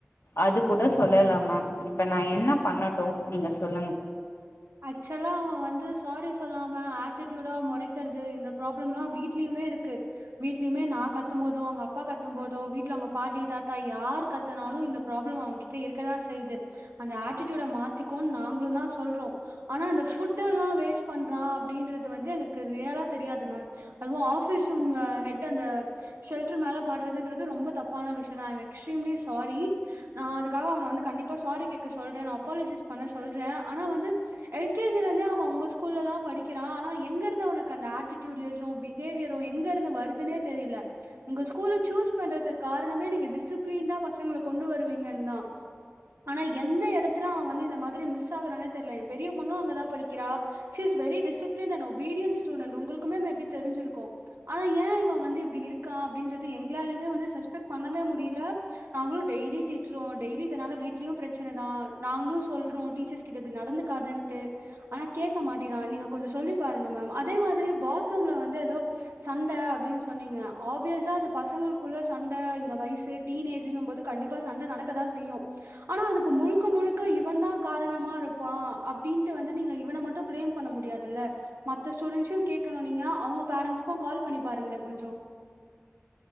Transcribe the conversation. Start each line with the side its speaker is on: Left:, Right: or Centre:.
Left: அது கூட சொல்லல்ல மேம் இப்ப நான் என்ன பண்ணட்டும் நீங்க சொல்லுங்க
Right: ஆக்சுவலா அவன் வந்து சாரி சொல்லாம ஆட்டிட்யூடா மொறைக்குரது இந்த ப்ராப்ளம்ல்லா வீட்லயுமே இருக்கு வீட்லயுமே நா கத்தும் போதும் அவங்க அப்பா கத்தும் போதும் வீட்ல அவங்க பாட்டி தாத்தா யார் கத்தனாலும் இந்த ப்ராப்ளம் அவன்கிட்ட இருக்கதான் செய்யுது அந்த ஆட்டிட்யூட மாத்திக்கோனு நாங்களும் தான் சொல்றோம் ஆனா இந்த ஃபுட்டல்லா வேஸ்ட் பண்றான் அப்டின்றது வந்து எங்களுக்கு ரியலா தெரியாது மேம் அதுவும் ஆஃபிஸ் ஹெட் அந்த ஷெல்டர் மேல பாட்றதுன்றது ரொம்ப தப்பான விஷயம் தான் ஐயம் எக்ஸ்ட்ரீம்லி சாரி நான் அதுக்காக அவன வந்து கண்டிப்பா சாரி கேட்க சொல்றே அப்பாலஜிஸ் பண்ண சொல்றேன் ஆனா வந்து எல் கே ஜிலந்தே அவன் உங்க ஸ்கூல்ல தான் படிக்கிறான் ஆனா எங்க இருந்து அவனுக்கு அந்த ஆட்டிடியூட்யசு பிஹேவியரும் எங்க இருந்து வருதுன்னே தெரில உங்க ஸ்கூல்ல சூஸ் பண்றதுக்கு காரணமே நீங்க டிசிப்ளின்டா பசங்கள கொண்டு வருவீங்கன்னு தா ஆனா எந்த எடத்துல அவன் வந்து இந்த மாதிரி மிஸ் ஆகுறானே தெர்ல பெரிய பொண்ணும் அங்கதா படிக்கிறா she is very discipline and obedient student உங்குளுக்குமே மேபி தெரிஞ்சிருக்கும் ஆனா ஏ இவ வந்து இப்டி இருக்க அப்டின்னு சொல்ட்டு எங்கலாலயுமே வந்து சஸ்பெக்ட் பண்ணவே முடில நாங்களும் டெய்லி திட்ரோ டெய்லி இதனால வீட்லயும் பிரச்சனதா நாங்களும் சொல்றோம் டீச்சர்ஸ் கிட்ட இப்புடி நடந்துக் காதண்ட்டு ஆனா கேக்க மாட்டிங்கிறா நீங்க கொஞ்சம் சொல்லி பாருங்க மேம் அதே மாதிரி பாத்ரூம்ல வந்து ஏதோ சண்டை அப்டின்னு சொன்னீங்க ஆப்யூசா அது பசங்களுக்குள்ள சண்ட இந்த வயசு டீனேஜுங்கும் போது கண்டிப்பா சண்ட நடக்கதான் செய்யும் ஆனா அதுக்கு முழுக்க முழுக்க இவன் தான் காரணமா இருப்பான் அப்டின்ட்டு வந்து நீங்க இவன மட்டும் பிளேம் பண்ண முடியாதுல்ல மத்த ஸ்டூடெண்ட்சயூம் கேக்கணும் நீங்க அவங்க பேரண்ட்ஸ்கும் கால் பண்ணி பாருங்களே கொஞ்சோ